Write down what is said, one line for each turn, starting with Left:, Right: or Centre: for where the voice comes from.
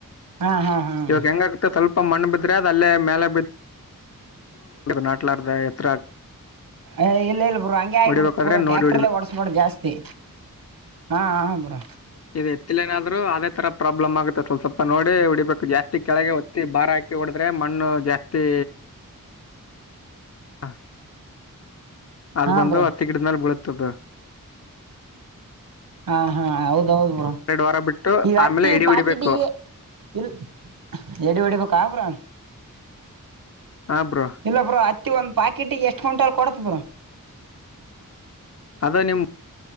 Right: ಹಾ ಹಾ ಹ್ಮ
Left: ಇವಾಗ ಹೆಂಗಾಗುತ್ತೆ ಸ್ವಲ್ಪ ಮಣ್ಣು ಬಿದ್ರೆ ಅದ ಅಲ್ಲೇ ಮೇಲೆ ಬು ನಟ್ಲಾರ್ದ ಎತ್ರ
Right: ಅ ಇಲ್ಲ ಇಲ್ ಬಿ ಹಂಗೆ ಆಗಬಿಡು
Left: ಹೊಡಿಬೇಕಾದ್ರೆ
Right: ಪೂರಾ
Left: ನೋಡಿ
Right: ಟ್ಯಾಕ್ಟರ್ಲ್ಲೇ ಒಡಸ್ಬಿಡು ಜಾಸ್ತಿ ಹಾ ಹಾ ಬ್ರೋ
Left: ಇ ಎತ್ತಲ ಏನಾದ್ರು ಅದೇ ತರ ಪ್ರಾಬ್ಲಮ್ ಆಗುತ್ತೆ ಸ್ವಲ್ ಸ್ವಪ ನೋಡಿ ಉಡಿಬೇಕು ಜಾಸ್ತಿ ಕೆಳಗೆ ಹೊತ್ತಿ ಭಾರ ಹಾಕಿ ಹೊಡದ್ರೆ ಮಣ್ಣು ಜಾಸ್ತಿ ಹ ಅದು
Right: ಹಾ
Left: ಬಂದು
Right: ಬ್ರೋ
Left: ಹತ್ತು ಗಿಡ್ಮೇಲೆ ಬೀಳುತ್ತ
Right: ಹಾ ಹಾ ಹೌದ್ ಹೌದು್ ಬುರ
Left: ಎರಡು ವಾರ ಬಿಟ್ಟು
Right: ಈಗ
Left: ಆಮೇಲೆ
Right: ಹತ್ತಿ
Left: ಇಡಿ
Right: ಪಾಕಿಟಿಗೆ
Left: ಹೊಡಿಬೇಕು
Right: ಇಲ್ ಎಡಿ ಹೊಡಿಬೇಕಬ್ರ
Left: ಹಾ ಬ್ರೋ
Right: ಇಲ್ಲ ಬ್ರೋ ಅತ್ತಿ ಒಂದ್ ಪಾಕೆಟಿಗೆ ಎಷ್ಟ್ ಕಂಟಲ್ ಕೊಡ್ತ ಬ್ರ
Left: ಅದ ನಿಮ್